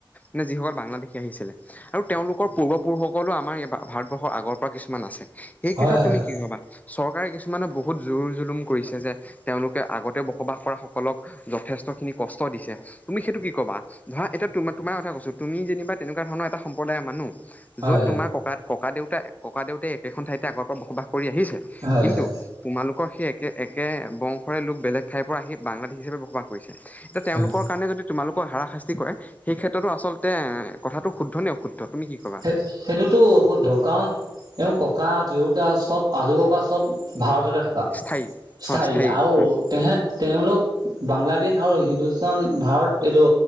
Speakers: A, on the left (about 15°); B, on the right (about 50°).
A: নে যিসকল বাংলাদেশী আহিছিলে। আৰু তেওঁলোকৰ পূৰ্বপুৰুষসকলো আমাৰ এই ভাৰতবৰ্ষৰ আগৰ পৰা কিছুমান আছে সেই
B: হয়
A: ক্ষেত্ৰত
B: হয় হয়
A: তুমি কি কবা? চৰকাৰে কিছুমানে বহুত জোৰ জুলুম কৰিছে যে তেওঁলোকে আগতে বসবাস কৰা সকলক যথেষ্ট খিনি কষ্ট দিছে। তুমি সেইটো কি কবা? ধৰা এতিয়া তোমা- তোমাৰ কথা কৈছো তুমি যেনিবা তেনেকুৱা ধৰণৰ এটা সম্পদায়ৰ মানুহ
B: হয়
A: যত
B: হয় হয়
A: তোমাৰ ককা ককা দেউতা- ককা দেউতাই একে খন ঠাইতে আগৰ পৰা বসবাস কৰি আহিছে
B: হয়
A: কিন্ত
B: হয়
A: তোমালোক সেই একে -একে বংশৰে লোক বেলেগ ঠাইৰ পৰা আহি বাংলাদেশী হিচাপে বসবাস কৰিছে এতিয়া তেওঁলোকৰ
B: হয়।
A: কাৰণে যদি তোমালোকৰ হাৰাশাস্তি কৰে সেই ক্ষেত্ৰতো আচলতে তে কথাটো শুদ্ধনে অশুদ্ধ? তুমি কি ক'বা?
B: সে- সেইটোতো অশুদ্ধ কাৰণ এওঁ ককা দেউতা চব আজু ককা চব ভাৰততে থকা
A: স্থায়ী
B: স্থায়ী
A: হয়
B: আৰু
A: হয়
B: তেহেত -তেওঁলোক বাংলাদেশ আৰু হিন্দুস্তান ভাৰত এইটো